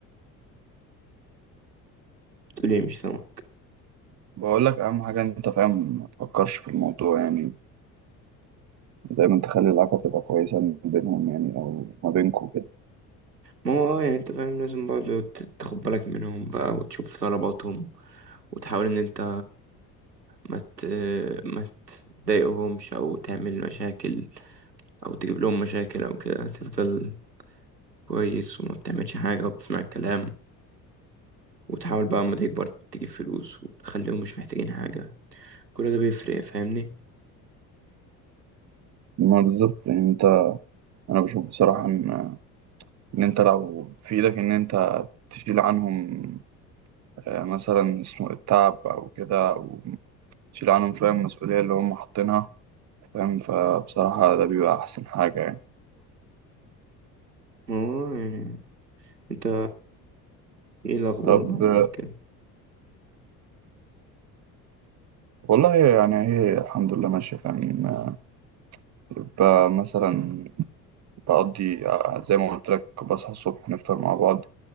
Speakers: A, on the right; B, on the right.
A: تقول ايه مش سامعك
B: بقول لك اهم حاجه إن انت فاهم ما تفكرش في الموضوع يعني دايما تخلي العلاقه تبقى كويسه ما بينهم يعني او ما بينكم كده
A: ما هو اه يعني انت فاهم لازم برضه ت- تاخد بالك منهم بقى وتشوف طلباتهم وتحاول ان انت ما ت... ما تضايقهمش او تعمل مشاكل او تجيب لهم مشاكل او كده هتفضل كويس وما بتعملش حاجة وبتسمع الكلام وتحاول بقى اما تكبر تجيب فلوس وتخليهم مش محتاجين حاجة كل ده بيفرق فاهمني
B: ما بالظبط يعني انت انا بشوف بصراحه ان ان انت لو في ايدك ان انت تشيل عنهم آه، مثلا اسمه التعب او كده او تشيل عنهم شويه من المسؤوليه اللي هم حاطينها فاهم فبصراحه ده بيبقى احسن حاجه يعني
A: ما هو يعني انت ايه الاخبار
B: طب
A: بقى معاك
B: آه،
A: كده
B: والله يعني هي الحمد لله ماشيه فاهم آه، يبقى مثلا بقضي آه، زي ما قلت لك بصحى الصبح نفطر مع بعض